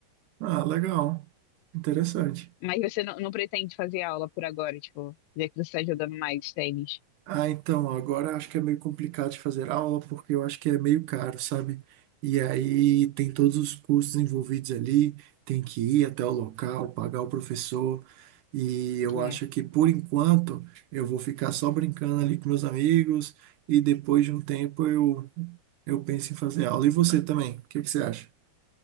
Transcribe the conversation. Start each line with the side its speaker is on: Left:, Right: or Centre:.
Right: Ah, legal. Interessante.
Left: Mas você não, não pretende fazer aula por agora, tipo, já que você está jogando mais tênis.
Right: Ah, então, agora acho que é meio complicado de fazer aula, porque eu acho que é meio caro, sabe? E aí tem todos os custos envolvidos ali, tem que ir até o local, pagar o professor, e eu
Left: É,
Right: acho que por enquanto eu vou ficar só brincando ali com meus amigos, e depois de um tempo eu, eu penso em fazer aula. E você também, o que que você acha?